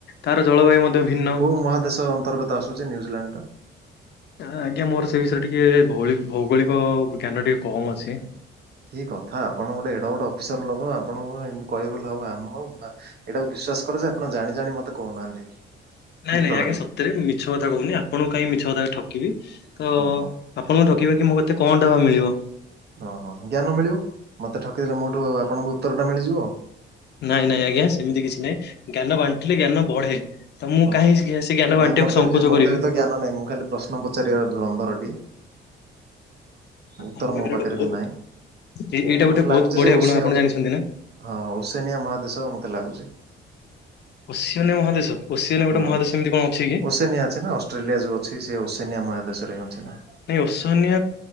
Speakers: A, on the left; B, on the right.
A: ତାର ଜଳବାୟୁ ମଧ୍ୟ ଭିନ୍ନ।
B: ମହାଦେଶଙ୍କୁ ଅନ୍ତର୍ଗତ ଆସଛି ନିୟଜଲ୍ୟାଣ୍ଡର ତ
A: ଆଜ୍ଞା ମୋର ସେ ବିଷୟରେ ଟିକେ ଭୌଇ ଭୌଗୋଳିକ ଜ୍ଞାନ ଟିକେ କମ୍ ଅଛି।
B: କିଏ କଥା ଆପଣ ଗୋଟେ ଏଡ ଗୋଟେ ଅଫିସର ଲୋକ ଆପଣଙ୍କୁ ଏମତି କହିବେଲେ ହବ ଆମ ବା ଏଇଟାକୁ ବିଶ୍ଵା କର ଯେ ଆପଣ ଜାଣି ଜାଣି ମତେ କହୁନାହାନ୍ତି।
A: ନାଇଁ
B: ଉତ୍ତରଟି
A: ନାଇଁ ଆଜ୍ଞା ସତରେ ମିଛ କଥା କହୁନି ଆପଣଙ୍କୁ କାହିଁ ମିଛ କଥା ଠକିବି ତ
B: ଓହୋ
A: ଆପଣଙ୍କୁ ଠକିବା କି ମୋତେ କଣ ଟା ବା ମିଳିବ।
B: ଓଁ ହଁ ଜ୍ଞାନ ମିଳିବ ମତେ ଠକିଦେଲେ ମୋଠୁ ଆପଣଙ୍କୁ ଉତ୍ତର ଟା ମିଳିଯିବ ଆଉ
A: ନାଇଁ ନାଇଁ ଆଜ୍ଞା ସେମିତି କିଛି ନାଇଁ ଜ୍ଞାନ ବାଣ୍ଟିଲେ ଜ୍ଞାନ ବଢେ। ତ ମୁଁ
B: ହଁ
A: କାହିଁ
B: ହଁ
A: ସେ ଜ୍ଞାନ
B: ନାଇଁ
A: ବାଣ୍ଟିବାକୁ
B: ମତେ
A: ସଂଙ୍କୋଚ
B: ବି ମତେ
A: କରିବି।
B: ବି ତ ଜ୍ଞାନ ନାଇଁ ମୁଁ ଖାଲି ପ୍ରଶ୍ନ ପଚାରିବାର ଧୁ। ରନ୍ଦରଟିଏ
A: ଆପଣଙ୍କ
B: ଉତ୍ତର ମୋ ପାଖରେ
A: ଗୋଟେ ବହୁତ
B: ବି ନାହିଁ
A: ଏ ଏଇଟା ଗୋଟେ
B: ମତେ
A: ବହୁତ
B: ଲାଗୁଛି
A: ବଢିଆ
B: ଯେ ଓ
A: ଗୁଣ ଆପଣ
B: ଆଉ।
A: ଜାଣିଛନ୍ତି ନା?
B: ହଁ ଓସେନିଆ ମହାଦେଶ ମତେ ଲାଗୁଛି।
A: ଓଶସିଆନ ମହାଦେଶ ଓଶସିଆ ନ ଗୋେ
B: ହୁଁ
A: ମହାଦେଶ ଏମିତି କଣ ଅଛି କି?
B: ଓସେନିଆ ଅଛି ନା। ଅଷ୍ଟ୍ରେଲିଆ ଯଉ ଅଛି ସେ ଓସେନିଆ ମହାଦେଶରେ ହି ଅଛି ନା।
A: ନାଇଁ ଅଶନଆ